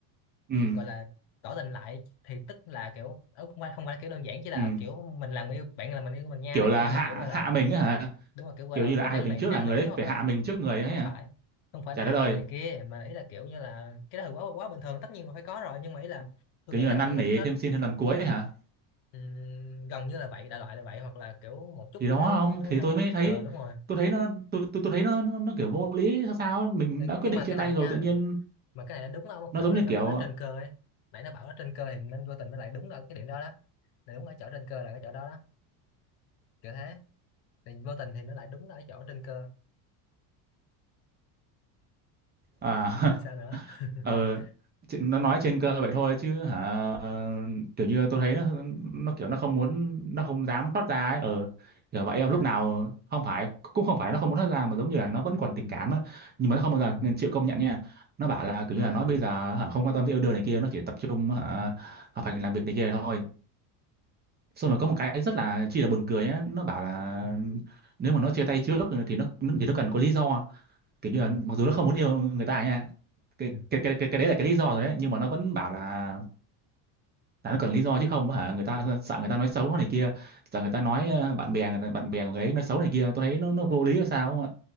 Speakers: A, on the right (about 20°); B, on the left (about 55°).
A: ừ
B: gọi là tỏ tình lại thì tức là kiểu ờ, không phải không phải kiểu đơn giản chỉ là
A: ừ
B: kiểu mình là người yêu bạn là mình yêu mình nha
A: kiểu
B: này
A: là
B: kia
A: hạ
B: mà kiểu gọi là
A: hạ mình á hả
B: đúng là kiểu gọi
A: kiểu
B: là
A: như là
B: phải
A: ai
B: năn
A: tỏ tình
B: nỉ
A: trước
B: năn
A: là người
B: nỉ
A: đấy
B: hoặc
A: phải
B: là
A: hạ mình trước người ấy
B: không
A: hả
B: phải không phải
A: chả
B: là
A: đất
B: hạ
A: ơi
B: hình này kia mà ý là kiểu như là cái đó thì quá quá bình thường tất nhiên là phải có rồi nhưng mà ý là tôi
A: kiểu
B: nghĩ
A: như là
B: nó
A: năn
B: bảo nó nó,
A: nỉ
B: nó
A: thêm xin thêm lần cuối ấy hả
B: ừm, gần như là vậy đại loại là vậy hoặc là kiểu một chút
A: thì
B: gì
A: đó
B: đó
A: không
B: nó
A: thì
B: mang
A: tôi
B: tính
A: mới thấy
B: ờ đúng rồi
A: tôi thấy nó tôi tôi, tôi thấy nó, nó nó kiểu vô lý sao sao ấy. mình
B: Ừ,
A: đã quyết
B: nhưng
A: định
B: mà
A: chia
B: cái
A: tay
B: này nha
A: rồi tự nhiên
B: mà cái này nó đúng ở một
A: nó
B: chỗ
A: giống
B: là
A: như
B: nó
A: kiểu
B: bảo nó trên cơ ấy nãy nó bảo nó trên cơ thì nên vô tình nó lại đúng ở cái điểm đó đó là đúng ở chỗ trên cơ là cái chỗ đó đó kiểu thế thì vô tình thì nó lại đúng ở cái chỗ trên cơ
A: à
B: rồi sao nữa
A: <laughs>
B: <laughs>
A: ờ chuyện- nó nói trên cơ vậy thôi chứ hả ờ, kiểu như tôi thấy nó nó kiểu nó không muốn nó không dám thoát ra ấy ờ kiểu vậy
B: à
A: lúc nào không phải cũng không phải nó không muốn thoát ra mà giống như là nó vẫn còn tình cảm á nhưng mà nó không bao giờ
B: ừ
A: chịu công nhận nha nó bảo là kiểu
B: à
A: như là nó bây giờ hả, không quan tâm tới yêu đương này kia nó chỉ tập trung hả
B: ừ
A: phải làm việc này kia thôi xong
B: à
A: rồi có một cái rất là chi là buồn cười á nó bảo là
B: ừ
A: nếu mà nó chia tay trước thì nó thì nó cần có lý do kiểu như
B: ừ
A: là mặc dù nó không muốn yêu người ta nha cái
B: ừ
A: cái cái cái, cái đấy là cái lý do rồi đấy nhưng mà nó vẫn bảo là là nó cần lý do chứ không hả người ta sợ người ta nói xấu nó này kia sợ người ta nói ờ,
B: ừ
A: bạn bè người ta- bạn bè của người ấy nói xấu này kia tôi thấy nó nó vô lý là sao không ạ